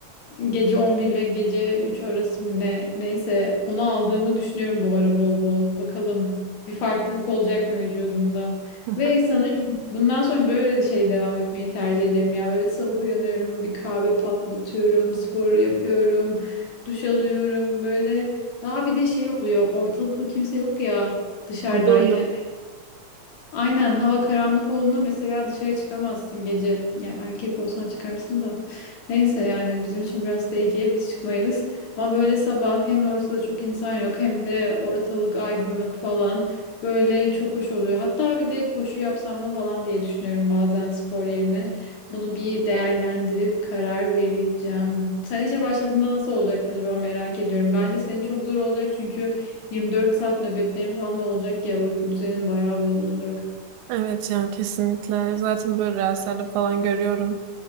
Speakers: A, on the left; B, on the right.
A: Gece 11 ile gece 3 arası mı ne neyse onu aldığımı düşünüyorum bu ara bol bol. Bakalım bir farklılık olacak mı vücudumda?
B: <laughs>
A: Ve sanırım bundan sonra böyle şey devam etmeyi tercih ederim ya. Böyle sabah uyanıyorum, bir kahve patlatıyorum, sporu yapıyorum, duş alıyorum. Böyle daha bir de şey oluyor. Ortalıkta kimse yok ya dışarıdayken.
B: Huzurlu.
A: Aynen hava karanlık olduğunda mesela dışarı çıkamazsın gece. Ya erkek olsan çıkarsın da. Neyse yani bizim için biraz tehlikeli biz çıkmayız. Ama böyle sabah hem ortada çok insan yok hem de ortalık aydınlık falan. Böyle çok hoş oluyor. Hatta bir de koşu yapsam mı falan diye düşünüyorum bazen spor yerine. Bunu bir değerlendirip karar vereceğim. Sen işe başladığında nasıl olacaksın acaba merak ediyorum. Bence senin çok zor olacak çünkü 24 saat nöbetlerin falan da olacak ya uyku düzenin bayağı bozulacak.
B: Evet yani kesinlikle. Zaten böyle rüyalarda falan görüyorum.